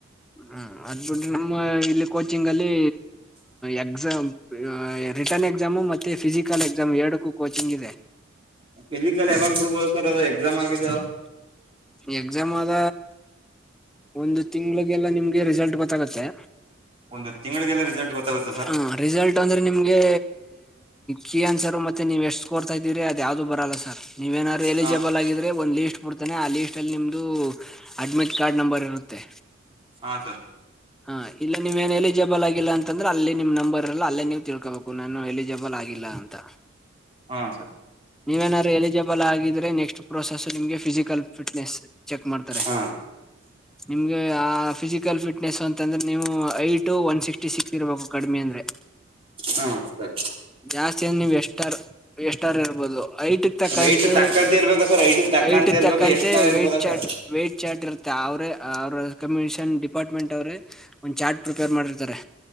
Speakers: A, in the centre; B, on the right.
A: ಹ್ಮ ಅದು ಬಿಟ್ರೆ ನಮ್ಮ ಇಲ್ಲಿ ಕೋಚಿಂಗ ಅಲ್ಲಿ ಎಕ್ಸಾಮ್ ರಿಟರ್ನ್ ಎಕ್ಸಾಮು ಮತ್ತೆ ಫಿಸಿಕಲ್ ಎಕ್ಸಾಮ್ ಎರಡಕ್ಕೂ ಕೋಚಿಂಗ್ ಇದೆ
B: ಫಿಸಿಕಲ್ ಯಾವಾಗ ಬಿಡ್ಬೋದು ಸರ್ ಅದು ಎಕ್ಸಾಮ್ ಆಗಿದೆ
A: ಎಕ್ಸಾಮ್ ಆದ ಒಂದು ತಿಂಗ್ಳಿಗೆಲ್ಲ ನಿಮ್ಗೆ ರಿಸಲ್ಟ್ ಗೊತ್ತಾಗತ್ತೆ
B: ಒಂದು ತಿಂಗಳಿಗೆಲ್ಲ ರಿಸಲ್ಟ್ ಗೊತ್ತಾಗುತ ಸರ್
A: ಹ ರಿಸಲ್ಟ್ ಅಂದ್ರೆ ನಿಮ್ಗೆ ಕನ್ ಸರ್ ಮತ್ತೆ ನೀವ ಎಷ್ಟು ಕೋರ್ತಾ ಇದ್ದೀರಿ ಅದ ಯಾವ್ದು ಬರಲ್ಲ ಸರ್ ನೀವ <unintelligible> ಏನಾದ್ರು ಎಲಿಜಿಬಲ್
B: ಹಾ ಸರ್
A: ಆಗಿದ್ರೆ ಒಂದು ಲೀಸ್ಟ್ ಬಿಡ್ತಾನೆ ಆ ಲೀಸ್ಟ್ ಅಲ್ಲಿ ನಿಮ್ದು ಅಡ್ಮಿಟ್ ಕಾರ್ಡ್ ನಂಬರ್ ಇರುತ್ತೆ
B: ಹಾ ಸರ್
A: ಹಾ ಇಲ್ಲಿ ನೀವ್ೇಏನ್ ಎಲಿಜಿಬಲ್ ಆಗಿಲ್ಲ ಅಂತಂದ್ರೆ ಅಲ್ಲಿ ನಿಮ್ ನಂಬರ್ ಇಲ್ಲ ಅಲ್ಲೇ ನೀವು್ ತಿಳ್ಕೋಬೇಕು ನಾನು ಎಲಿಜಿಬಲ್ <unintelligible> ಆಗ ಆಗಿಲ್ಲ ಅಂತ
B: ಹಾ ಸರ್
A: ನೀವೇನಾದಾರರು ಎಲಿಜಿಬಲ್ ಆಗಿದ್ರೆ ನೆಕ್ಸ್ಟ್ ಪ್ರೋಸೆಸ್ ನಿಮ್ಗೆ ಫಿಸಿಕಲ್ ಫಿಟ್ನೆಸ್ ಚೆಕ್ ಮಾಡ್ತಾರೆ
B: ಹಾ
A: ನಿಮ್ಗೆ ಆ ಫಿಸಿಕಲ್ ಫಿಟ್ ಿಟ್ನೆಸ್ ಅಂತಂದ್ರೆ ನೀವು ಐಟು ಒನ್ ಸಿಕ್ಸ್ಟಿ ಸಿಕ್ತಿರ್ಬೇಕು ಕಡಿಮೆ ಅಂದ್ರೆ
B: ಹಾ ಸರಿ
A: ಜಾಸ್ತಿ ನೀವು ಎಷ್ಟಾರ್ ಎಸ್ಾರ್ ಇರ್ಬೋದು ಐಟ್ ತಕ್ಕಂತೆ
B: ವೆಯ್ಟ್ ತಕ್ಕಂತ ಇರ್ಬೇಕಾ ಸರ್ ಹೈಟ್ ತಕ್ಕಂತ
A: ಐಟ್
B: ಇರ್ಬೇಕಾ
A: ತಕ್ಕಂತೆ
B: ಎಷ್ಟ್ ನಾವ್ ಇರ್ಬೋದಾ
A: ವೇ್ಟಟ್ ಚಾ್ಟ
B: ಸರ್
A: ವೆಯ್ಟಟ್ ಚಾ್ಟ್ ಇರುತ್ತೆ ಅವ್ರೇ ಅವ ರೆಕಮೆಂಡೇಶನ್ ಡಿಪಾರ್ಟ್ಮೆಂಟ್ ಅವ್ರೇ ಒಂದ್ ಚಾರ್ಟ್ ಪ್ರಿಪೇರ್ ಮಾಡಿರ್ತಾರೆ